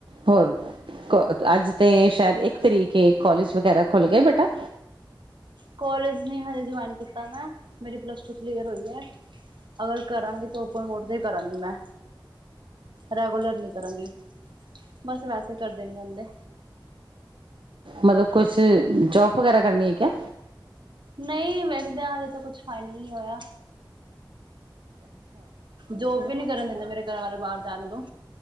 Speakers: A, on the right (about 85°); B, on the right (about 70°).
A: ਹੋਰ ਕੋ ਅੱਜ ਤਾਂ ਸ਼ਾਇਦ ਇੱਕ ਤਰੀਕੇ ਕੋਲਜ ਵਗੈਰਾ ਖੁੱਲ੍ਹ ਗਏ ਬੇਟਾ
B: ਕੋਲਜ ਨੇ ਹਜੇ ਜੁਆਇਨ ਕੀਤਾ ਮੈਂ ਮੇਰੀ ਪਲੱਸ ਟੂ ਕਲੀਅਰ ਹੋਈ ਹੈ ਅਗਰ ਕਰਾਂਗੇ ਤਾਂ ਓਪਨ ਵੋਟ ਤੇ ਕਰਾਂਗੀ ਮੈਂ ਰੈਗੂਲਰ ਨੀ ਕਰਾਂਗੀ ਬਸ ਵੈਸੇ ਕਰਦੇ ਨੀ ਬੰਦੇ
A: ਮਤਲਬ ਕੁਛ ਜੋਬ ਵਗੈਰਾ ਕਰਨੀ ਹੈ ਕਿਆ
B: ਨਹੀਂ ਵੇਖਦੇ ਹਜੇ ਤ ਕੁਛ ਫਾਈਨਲ ਨਹੀਂ ਹੋਇਆ ਜੋਬ ਵੀ ਨੀ ਕਰਨ ਦਿੰਦੇ ਮੇਰੇ ਘਰ ਵਾਲੇ ਬਾਹਰ ਜਾਣ ਤੋਂ